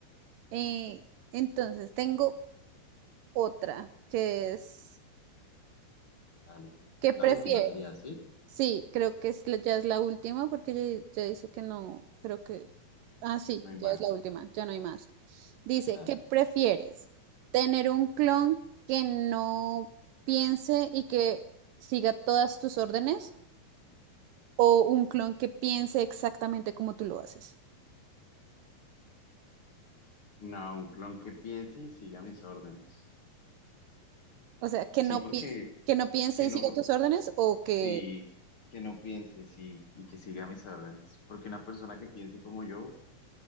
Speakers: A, on the right; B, on the left.
A: Eh, entonces tengo otra que es,
B: Dale,
A: ¿qué prefieres?
B: la última sería, ¿sí?
A: Sí, creo que es, la- ya es la última porque ya, ya dice que no, creo que... Ah, sí,
B: No hay
A: ya
B: más.
A: es la última, ya no hay más. Dice,
B: Dale.
A: ¿qué prefieres? ¿Tener un clon que no piense y que siga todas tus órdenes o un clon que piense exactamente como tú lo haces?
B: No, un clon que piense y siga mis órdenes.
A: O sea, que
B: Sí,
A: no
B: porque
A: piense, que no piense
B: que
A: y
B: no,
A: siga tus órdenes o que
B: sí, que no piense, sí, y que siga mis órdenes. Porque una persona que piense como yo,